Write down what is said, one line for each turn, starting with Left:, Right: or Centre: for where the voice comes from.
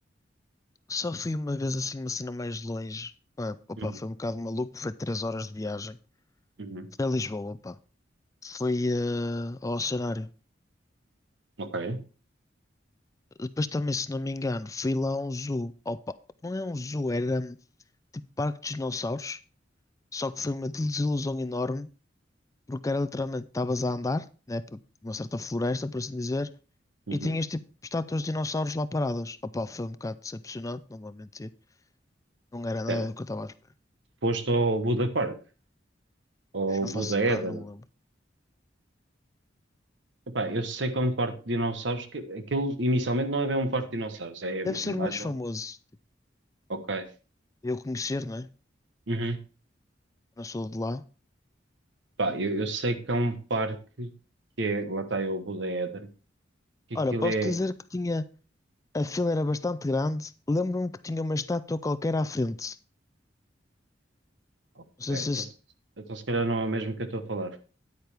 Left: Só fui uma vez assim, uma cena mais longe. Pá, opa,
Right: Uhum,
Left: foi um bocado maluco, foi três horas de viagem.
Right: uhum,
Left: Foi a Lisboa, pá. Foi eh, ao cenário.
Right: ok.
Left: Depois também, se não me engano, fui lá a um zoo. Opa, não é um zoo, era hum, tipo parque de dinossauros. Só que foi uma desilusão enorme, porque era literalmente, estavas a andar, né, por uma certa floresta, por assim dizer,
Right: Uhum.
Left: e tinhas tipo estátuas de dinossauros lá paradas. Opa, foi um bocado decepcionante, não vou mentir. Não era nada
Right: Espera,
Left: do que eu estava a esperar.
Right: foste ao Buda Park, ao
Left: Não
Right: Buda
Left: faço,
Right: Eden.
Left: ah, não me lembro.
Right: Epá, eu sei que é um parque de dinossauros, que aquilo inicialmente não é bem um parque de dinossauros, é, é
Left: Deve ser
Right: mais
Left: o mais famoso.
Right: um.
Left: tipo,
Right: Ok.
Left: Eu conhecer, não é?
Right: Uhum.
Left: Eu não sou de lá.
Right: Pá, eu, eu sei que é um parque que é, lá está é o Buda Éden, que aquilo
Left: Ora, posso
Right: é.
Left: dizer que tinha. A fila era bastante grande. Lembro-me que tinha uma estátua qualquer à frente.
Right: Ok,
Left: Não sei
Right: então,
Left: se este.
Right: se- então se calhar não é o mesmo que eu estou a falar.